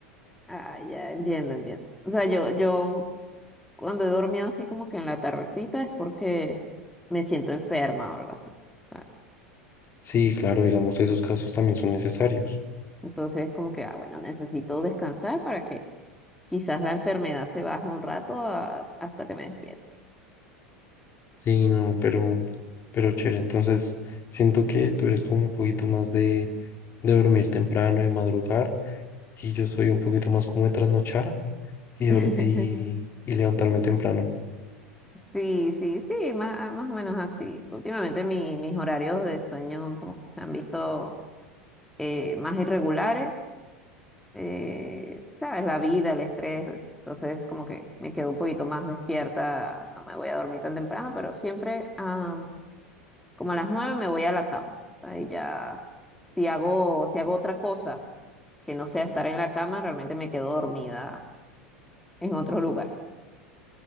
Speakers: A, in the centre; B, on the left.
A: Ah, ya entiendo, entiendo. O sea, yo, yo cuando he dormido así como que en la tardecita es porque me siento enferma o algo así. Ah,
B: Sí, claro, digamos, esos casos también son necesarios.
A: Entonces, como que, ah, bueno, necesito descansar para que quizás la enfermedad se baje un rato a- hasta que me despierte.
B: Sí, no, pero, pero chévere. Entonces, siento que tú eres como un poquito más de, de dormir temprano, de madrugar, y yo soy un poquito más como de trasnochar y, dor-
A: <laughs>
B: y, y levantarme temprano.
A: Sí, sí, sí, más, más o menos así. Últimamente mi- mis horarios de sueño como que se han visto eh, más irregulares eh, sabes, la vida, el estrés, entonces como que me quedo un poquito más despierta, no me voy a dormir tan temprano, pero siempre ah, como a las nueve me voy a la cama, ahí ya, si hago, si hago otra cosa que no sea estar en la cama, realmente me quedo dormida en otro lugar. <laughs>